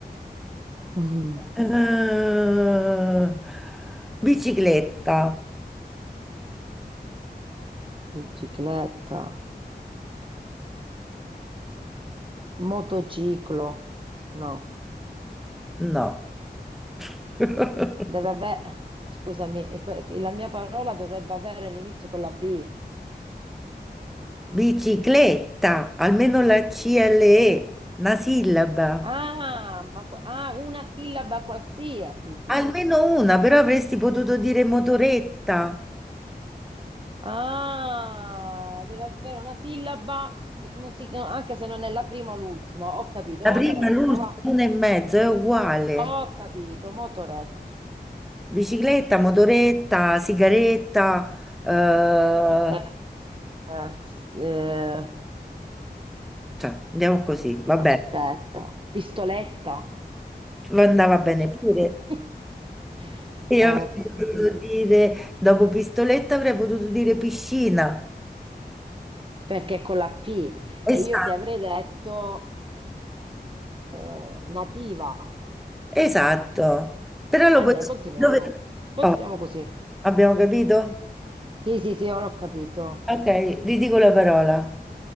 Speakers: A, on the right; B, in the centre.
A: Mm,
B: Eh, bicicletta.
A: Bicicletta, motociclo, no,
B: No. <laughs>
A: deve avere, scusami, que- la mia parola dovrebbe avere l'inizio con la B.
B: Bicicletta, almeno la CLE, una sillaba.
A: Ah, ma que- ah, una sillaba qualsiasi.
B: Almeno una, però avresti potuto dire motoretta.
A: Ah, deve avere una sillaba, non si- no, anche se non è la prima o l'ultima. Ho capito,
B: La
A: motoretta,
B: prima, l'ultima,
A: va.
B: una e mezzo, è uguale.
A: Ho capito, motoretta.
B: Bicicletta, motoretta, sigaretta, eh,
A: Eh, eh, eh,
B: cioè, andiamo così, va bene.
A: aspetta, pistoletta.
B: Andava bene
A: <laughs>
B: pure. Io
A: Eh,
B: avrei potuto dire, dopo pistoletta avrei potuto dire piscina.
A: perché è con la P e
B: Esatto,
A: io ti avrei detto eh, nativa.
B: esatto. Però lo
A: Eh
B: puoi...
A: dai, continuiamo.
B: Dove...
A: Continuiamo
B: Oh,
A: così.
B: abbiamo capito?
A: Sì, sì, sì, ora ho capito.
B: Ok, ridico la parola.